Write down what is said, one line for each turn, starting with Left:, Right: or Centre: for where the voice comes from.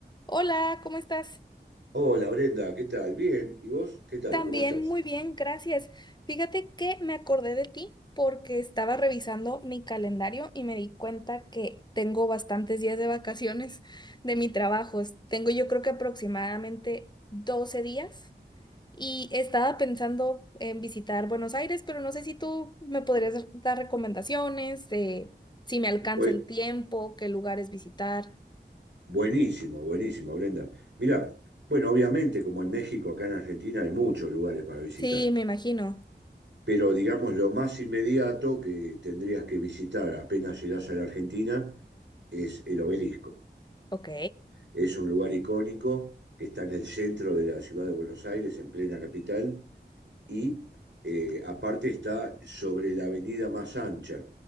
Left: Hola, ¿cómo estás?
Right: Hola Brenda, ¿qué tal? Bien, ¿y vos? ¿Qué tal?
Left: También
Right: ¿Cómo estás?
Left: muy bien, gracias. Fíjate que me acordé de ti porque estaba revisando mi calendario y me di cuenta que tengo bastantes días de vacaciones de mi trabajo. Es- Tengo yo creo que aproximadamente 12 días y estaba pensando en visitar Buenos Aires, pero no sé si tú me podrías dar recomendaciones de si me alcanza
Right: Bu-
Left: el tiempo, qué lugares visitar.
Right: Buenísimo, buenísimo, Brenda. Mirá, bueno, obviamente como en México, acá en Argentina hay muchos lugares para visitar,
Left: Sí, me imagino.
Right: pero digamos lo más inmediato que tendrías que visitar apenas llegás a la Argentina es el Obelisco.
Left: Ok,
Right: Es un lugar icónico que está en el centro de la ciudad de Buenos Aires, en plena capital, y eh, aparte está sobre la avenida más ancha.